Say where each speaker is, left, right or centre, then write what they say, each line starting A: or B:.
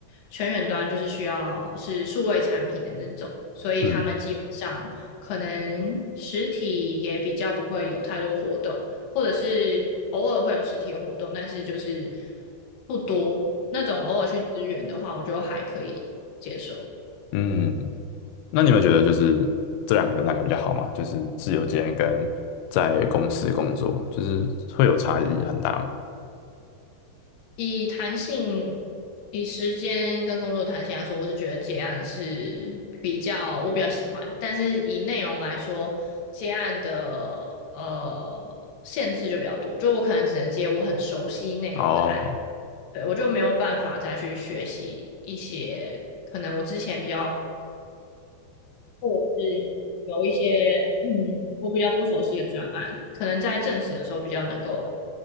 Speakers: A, on the left (about 65°); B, on the left (about 85°).
A: 全远端，就是需要是数位产品的那种，所以他们基本上可能实体也比较不会有太多活动，
B: 嗯
A: 或者是偶尔会有实体的活动，但是就是不多。那种偶尔去支援的话，我就还可以接受。
B: 嗯，那你们觉得就是这两个哪个比较好嘛？就是自由接案跟在公司工作，就是会有差异很大嘛？
A: 以弹性、以时间跟工作弹性来说，我是觉得接案是比较我比较喜欢，但是以内容来说，接案的呃限制就比较多，就我可能只能接我很熟悉内容的案，
B: 哦，
A: 对，我就没有办法再去学习一些可能我之前比较或者是有一些嗯我比较不熟悉的专案，可能在正职的时候比较能够